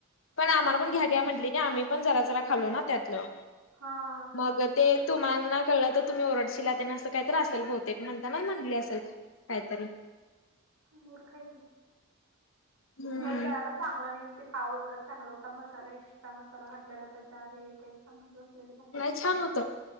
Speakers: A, on the right (about 80°); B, on the left (about 60°).
A: हम्म
B: पण आम्हाला पण, घ्या-घ्या, म्हटंली की आम्ही पण जरा-जरा खालो ना त्यातलं.
A: हा-हा.
B: मग ते तुम्हानां कळलं तर तुम्ही ओरडशीला ते ना, असं काही तर असेल बहुतेक म्हणताना म्हणले असेल. काहीतरी
A: मूर्ख आहे ती,
B: हम्म
A: नाही जरा पण चांगलं नाही ते, पाव एवढाच चांगला होता. मसाला एक्स्ट्रा मसाला घातटलेला त्याच्यात, हे ते. सांगत बसलेली काय-काय.
B: नाही छान होत